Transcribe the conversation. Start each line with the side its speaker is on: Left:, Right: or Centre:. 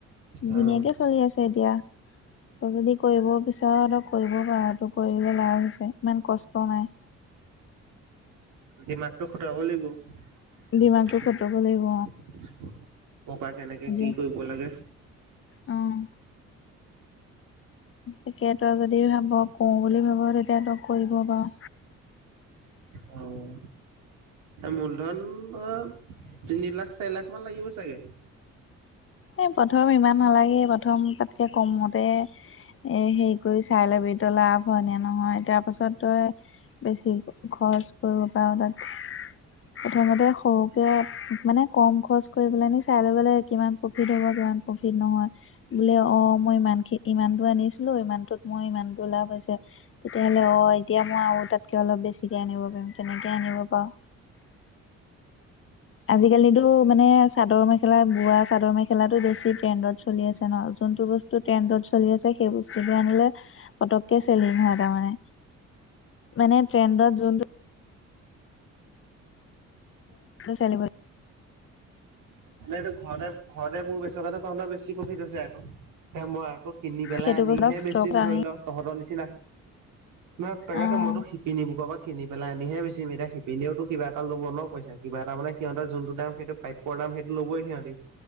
Left: ধুনীয়াকে
Right: অ',
Left: চলি আছে এতিয়া। তই যদি কৰিব বিছাৰ কৰিব পাৰ তই কৰিলে লাভ আছে ইমান কষ্ট নাই।
Right: য মাতটো খুটাব লাগিব <unintelligible> কৰপৰা
Left: দিমাগটো খটুব লাগিব
Right: কেনেকে
Left: আজি
Right: কি কৰিব লাগে।
Left: অ' এতিয়া তই যদি ভাব। কওঁ বুলি ভাব, তেতিয়া তই কৰিব পাৰ।
Right: উম। মূলধন ধৰ তিনি লাখ চাৰি লাখ মান লাগিব চাগে?
Left: এ' প্ৰথম ইমান নালাগে, প্ৰথম তাতকে কমতে। এ' হেৰি কৰি চাই লবি, তই লাভ হয় নে নহয় তাৰ পাছত তই। বেছি খৰচ কৰিব পাৰোঁ তাত প্ৰথমতে সৰুকে মানে কম খৰচ কৰিব পেলাই নি চাই লৈব লাগে কিমান প্ৰফিট হ'ব প্ৰফিট নহয়। বোলে অ মই ইমানখিনি ইমান দ আনিছিলো ইমানটোত মই ইমান দৰ লাভ হৈছে। তেতিয়াহ'লে অ এতিয়া মই আৰু তাতকে অলপ বেছিকে আনিব পাৰিম তেনেকে আনিব পাৰো। আজিকালিতো মানে চাদৰ মেখেলা বোৱা। চাদৰ মেখেলাটো বেছি ট্ৰেণ্ডত চলি আছে ন যোনতটো বস্তু ট্ৰেণ্ডত চলি আছে সেই বস্তুটো আনিলে পককে চেলিং হ তাৰে মানে ট্ৰেণ্ডত জোনটো চলিব।
Right: মানে এইটো ঘৰতে ঘৰতে মোৰ বেচকা তহত বেছি প্ৰফিট হৈছে আকৌ তে মই আকৌ কিনি পেলাই
Left: সেইটো
Right: আনিহে
Left: বস্তু ষ্টক
Right: বেছি ধৰি
Left: আনি
Right: লও। তহঁতৰ নিচিনা নহ তাকেতো
Left: অ
Right: মইতো শিকি নিবো কবাক কিনি পেলাই আনিহে বেচিম এতি শিপিনীয়েওতো কিবা এটা লব ন পইা কিবা এটা মানে সিহঁত যোনটো দাম সেইটো প্ৰাপপৰ দাম সেইটো ল'ই সিহঁতি।